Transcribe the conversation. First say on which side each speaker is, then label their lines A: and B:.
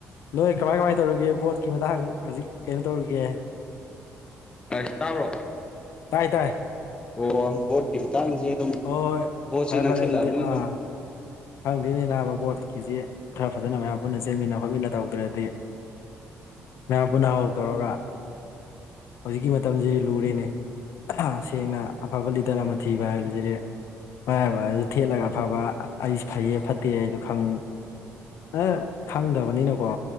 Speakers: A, on the left; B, on the left.
A: ꯅꯣꯏ ꯀꯃꯥꯏ ꯀꯃꯥꯏ ꯇꯧꯔꯤꯒꯦ ꯕꯣꯠꯀꯤ ꯃꯇꯥꯡ ꯍꯧꯖꯤꯛ ꯀꯩꯅꯣ ꯇꯧꯔꯤꯒꯦ
B: ꯑꯁ ꯇꯥꯕ꯭ꯔꯣ
A: ꯇꯥꯏ ꯇꯥꯏ
B: ꯑꯣ ꯕꯣꯠꯀꯤ ꯃꯇꯥꯡꯖꯦ ꯑꯗꯨꯝ
A: ꯍꯣꯏ
B: ꯕꯣꯠꯁꯦ
A: ꯐꯔꯦ
B: ꯅꯛꯁꯤꯜꯂꯛꯑꯝꯅꯤꯅ
A: ꯐꯔꯦ ꯑꯗꯨꯗꯤ ꯑꯥ
B: ꯑꯗꯨꯝ
A: ꯈꯪꯗꯦꯅꯦ ꯅꯥꯕ ꯕꯣꯠꯀꯤꯖꯤ ꯈꯔ ꯐꯖꯅ ꯃꯌꯥꯝ ꯄꯨꯟꯅ ꯆꯦꯟꯃꯤꯟꯅ ꯈꯣꯠꯃꯤꯟꯅ ꯇꯧꯗ꯭ꯔꯗꯤ ꯃꯌꯥꯝ ꯄꯨꯟꯅ ꯍꯧ ꯍꯧ ꯇꯧꯔꯒ ꯍꯧꯖꯤꯛꯀꯤ ꯃꯇꯝꯁꯤꯗꯤ ꯂꯨꯔꯦꯅꯦ ꯁꯦꯡꯅ ꯑꯐꯕ ꯂꯤꯗꯔ ꯑꯃ ꯊꯤꯕ ꯍꯥꯏꯕꯁꯤꯗꯤ ꯃꯔꯥꯏꯕꯁꯤ ꯊꯦꯠꯂꯒ ꯑꯐꯕ ꯑꯩꯁ ꯐꯩꯌꯦ ꯐꯠꯇꯦ ꯍꯥꯏꯗꯣ ꯈꯪ ꯑꯥ ꯈꯪꯗꯕꯅꯤꯅꯀꯣ